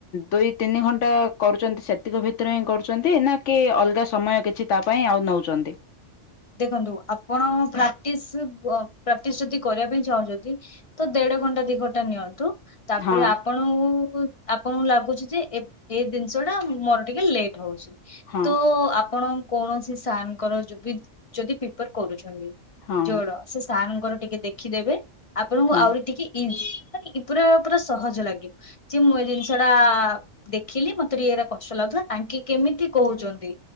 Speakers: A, on the left (about 75°); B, on the left (about 35°).
A: ଦୁଇ ତିନି ଘଣ୍ଟା କରୁଛନ୍ତି ସେତିକ ଭିତରେ ହିଁ କରୁଛନ୍ତି ନା କି ଅଲଗା ସମୟ କିଛି ତା ପାଇଁ ଆଉ ନେଉଛନ୍ତି।
B: ଦେଖନ୍ତୁ ଆପଣ ପ୍ରାକ୍ଟିସ ପ୍ରାକ୍ଟିସ ଯଦି କରିବା ପାଇଁ ଚାହୁଁଛନ୍ତି। ତ ଦେଢ ଘଣ୍ଟା ଦି ଘଣ୍ଟା ନିଅନ୍ତୁ ତାପରେ
A: ହଁ
B: ଆପଣଙ୍କୁ ଆପଣଙ୍କୁ ଲାଗୁଛି ଯେ ଏ ଏଇ ଜିନିଷ ଟା ମୋର ଟିକେ ଲେଟ୍ ହଉଛି। ତ
A: ହଁ
B: ଆପଣ କୌଣସି ସାର୍ଙ୍କର ବି ଯଦି ପ୍ରିପର କରୁଛନ୍ତି।
A: ହଁ
B: ଯୋଡ ସେ ସାନଙ୍କର ଟିକେ ଦେଖିଦେବେ ଆପଣଙ୍କୁ
A: ହଁ
B: ଆହୁରି ଟିକେ ଇ ମାନେ ପୁରା ପୁରା ସହଜ ଲାଗିବ ଯେ ମୁଁ ଏ ଜିନିଷ ଟା ଦେଖିଲି ମତେ ଇା କଷ୍ଟ ଲାଗୁଥିଲା ତାଙ୍କେ କେମିତି କହୁଛନ୍ତି